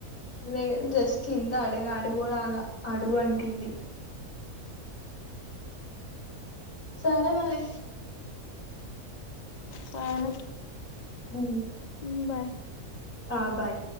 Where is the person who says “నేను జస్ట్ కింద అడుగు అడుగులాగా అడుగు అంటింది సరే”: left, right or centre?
Left